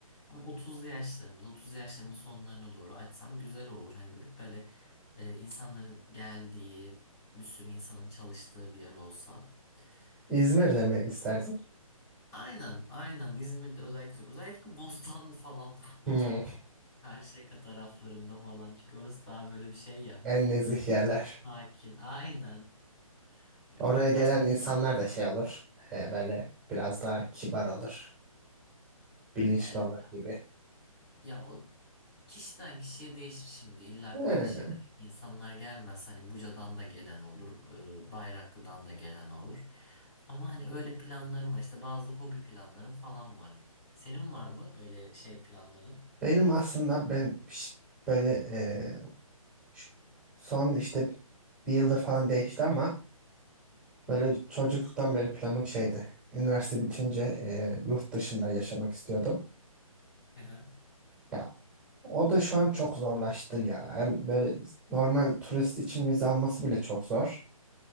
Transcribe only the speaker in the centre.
İzmir'de
mi isterdin?
Hmm,
en nezih yerler.
Oraya
gelen
insanlar da
şey olur. e, böyle biraz daha kibar olur. Bilinçli
olur gibi.
He,
Benim aslında ben ş- böyle e, ş- son işte bir yıldır falan değişti ama böyle çocukluktan beri planım şeydi. Üniversite bitince e, yurt dışında yaşamak istiyordum.
Ya o da şu an çok zorlaştı ya. Hem böyle normal turist için vize alması bile çok zor.